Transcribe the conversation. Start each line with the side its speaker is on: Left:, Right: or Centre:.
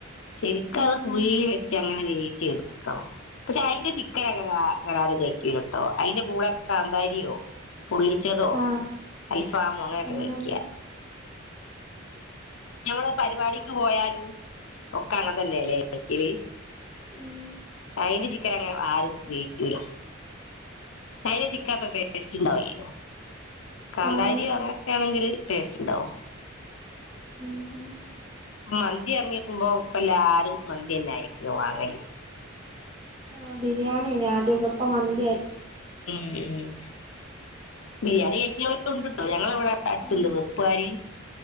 Left: ശരിക്ക
Right: ഉം
Left: അത് കുയീല്
Right: ഉം
Left: വെച്ച് അങ്ങനെ വേവിച്ച് എടുക്കണം പക്ഷെ അയിന്റ ചിക്കന അങ്ങന അങ്ങന ആരും കഴിക്കൂല ട്ടോ അഴിന്റെ കൂടെ കാന്താരിയോ പൊള്ളിച്ചതോ
Right: ആഹ്
Left: അൽഫാമോ അങ്ങനെയൊക്കെ
Right: അങ്ങനെണ്ട്
Left: കഴിക്ക്യാ ഞമ്മള് പരിവാടിക്ക് പോയാലും ഒക്ക അങ്ങൻ തന്നെ ലെ കഴിക്കല്.
Right: ഉം
Left: അയിന്റെ ചിക്കന് അങ്ങനെ ആരും ഉപയോഗിക്കൂല അയിന്റെ ചിക്ക അത്ര ടേസ്റ്റ് ഇണ്ടാവുലല്ലോ കാന്താരിയോ
Right: ആഹ്
Left: അങ്ങനെക്കെ ആണെങ്കില് ടേസ്റ്റ് ഇണ്ടാവും
Right: ഉം ഉം
Left: മന്തി എർങ്ങിക്കുമ്പോ ഇപ്പ എല്ലാരും മന്തിയന്നെ ആയിരിക്യോ വാങ്ങല്
Right: ആ ബിരിയാണി എനി ആദ്യക്കെ ഇപ്പം മന്തി ആയി
Left: ഉം ഉം ബിരിയാണി കഴിക്ക്ണോലും ഉണ്ട് ട്ടോ ഞങ്ങള ഇവട അട്ത്ത്ണ്ട്
Right: ഉം
Left: വെ വെപ്പ് കാരി